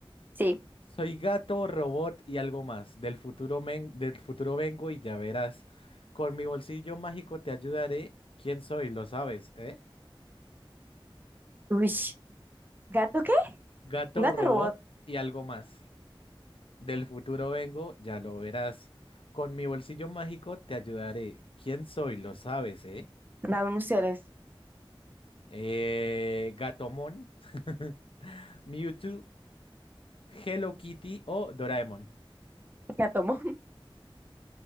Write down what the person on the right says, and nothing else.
sí.
Uy, ¿gato qué?
Gato
robot.
Dame emociones.
Gatomón,